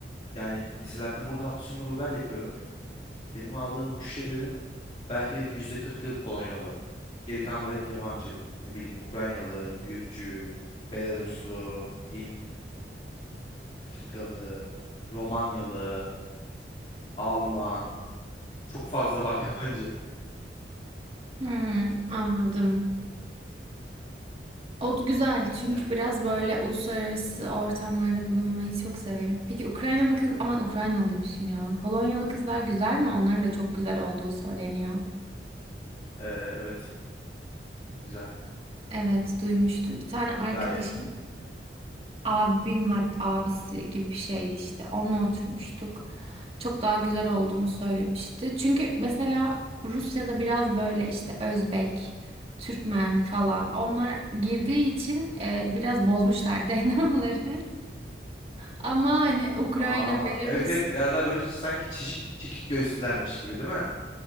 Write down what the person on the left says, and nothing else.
Yani mesela ben burada hafta sonu Uber yapıyorum. Benim aldığım müşterilerin belki de yüzde kırkı Polonyalı. Geri kalanları hep yabancı. Ne bileyim Ukraynalı, Gürcü, Belaruslu, Hint, Afrikalı, Romanyalı, Alman. Çok fazla var <laughs> yabancı.
Yani
e, evet güzel.
Gayet. Evet.
Aa,
evet evet biraz daha böyle sanki çizik çekik gözlülermiş gibi değil mi?